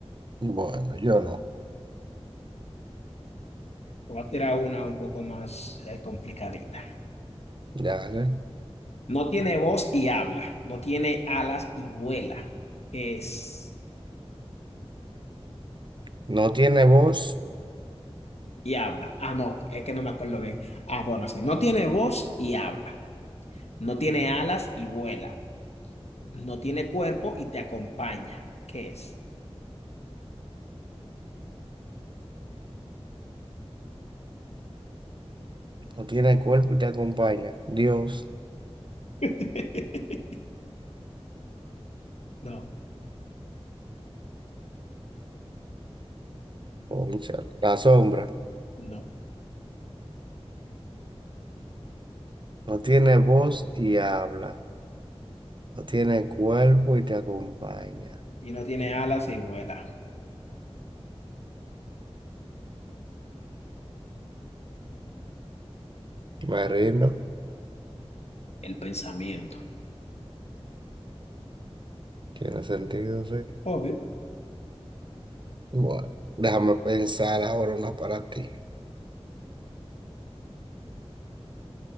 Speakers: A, on the right; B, on the left.
A: Bueno, yo no.
B: Voy a tirar una un poco más eh, complicadita.
A: Dale.
B: No tiene voz y habla. No tiene alas y vuela. ¿Qué es?
A: No tiene voz,
B: Y habla. Ah, no, es que no me acuerdo bien. Ah, bueno, sí. No tiene voz y habla. No tiene alas y vuela. No tiene cuerpo y te acompaña. ¿Qué es?
A: no tiene cuerpo y te acompaña. Dios,
B: <laughs> No,
A: cónchale. La sombra.
B: no.
A: No tiene voz y habla. No tiene cuerpo y te acompaña.
B: Y no tiene alas y vuela.
A: Me rindo.
B: El pensamiento.
A: Tiene sentido, sí.
B: Obvio,
A: Bueno, déjame pensar ahora una para ti.